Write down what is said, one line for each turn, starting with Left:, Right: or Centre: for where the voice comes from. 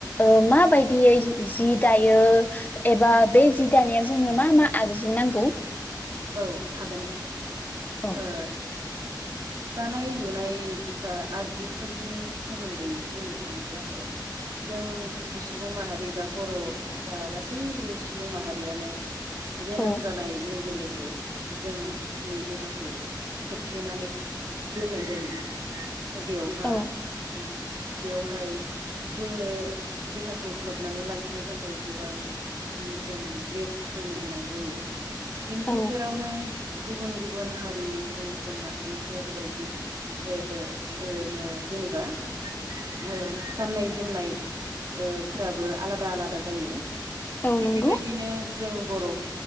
Left: ओ माबायदियौ जि दायो एबा बे जि दानायाव जोंनो मा मा आगजु नांगौ?
Right: औ हागोन नोंथां
Left: औ
Right: ओ दानाय लुनाय बा आगजुफोरनि सोमोन्दै बुंनो थाङोब्लाथ जों सुबुं माहारि बा बर बा गासै सुबुं माहारियानो जोनोम
Left: औ
Right: जानाय लोगो लोग गो जोंनि देहाखौ खोबथेनानै दोननाय जायो बेयावहा
Left: औ
Right: उम बेवहाय जोंनो देहाखौ खोबनानै लाखिनो थाखाय गोबां जि जोम द्रेसफोरनि गोनां जायो बिनि गेजेरावनो
Left: औ
Right: गुबुन गुबुन हारि गुबुन गुबुन माहारिफोरबायायदि ओ ओ ओनो जेनेबा ओ गाननाय जोमनाय ओ फोराबो आलादा आलादा जायो
Left: औ
Right: थिग
Left: नंगौ
Right: बेबायदिनो जों बर